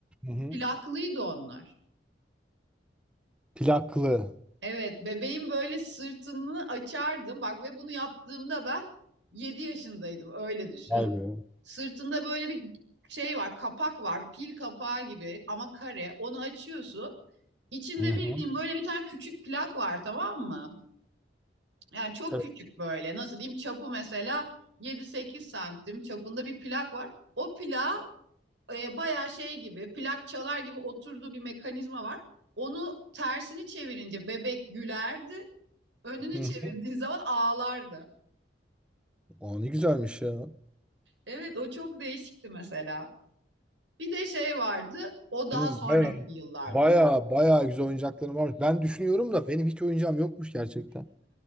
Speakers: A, in the centre; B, on the right (about 85°).
A: hı.
B: Plaklıydı onlar.
A: Plaklı.
B: Evet, bebeğin böyle sırtını açardım. Bak ve bunu yaptığımda ben 7 yaşındaydım. Öyle düşün.
A: Vay be.
B: Sırtında böyle bir şey var, kapak var, pil kapağı gibi ama kare. Onu açıyorsun. İçinde
A: Hı hı.
B: bildiğin böyle bir tane küçük plak var tamam mı? Yani çok
A: Evet.
B: küçük böyle. Nasıl diyeyim? Çapı mesela yedi sekiz santim çapında bir plak var. O plağa e, bayağı şey gibi, plak çalar gibi oturduğu bir mekanizma var. Onu tersini çevirince bebek gülerdi. Önünü
A: Hı.
B: çevirdiğin <laughs> zaman ağlardı.
A: Aa, ne güzelmiş ya.
B: Evet o çok değişikti mesela. Bir de şey vardı. O daha
A: Benim
B: sonraki
A: bayağı
B: yıllarda.
A: bayağı bayağı güzel oyuncaklarım var. Ben düşünüyorum da benim hiç oyuncağım yokmuş gerçekten.